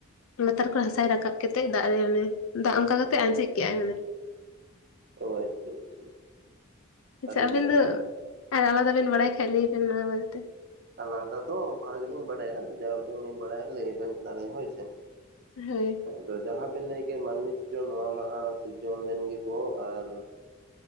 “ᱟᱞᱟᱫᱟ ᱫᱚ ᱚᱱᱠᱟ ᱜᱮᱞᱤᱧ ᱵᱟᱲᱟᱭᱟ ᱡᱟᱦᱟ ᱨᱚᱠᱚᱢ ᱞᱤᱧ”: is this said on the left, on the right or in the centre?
Right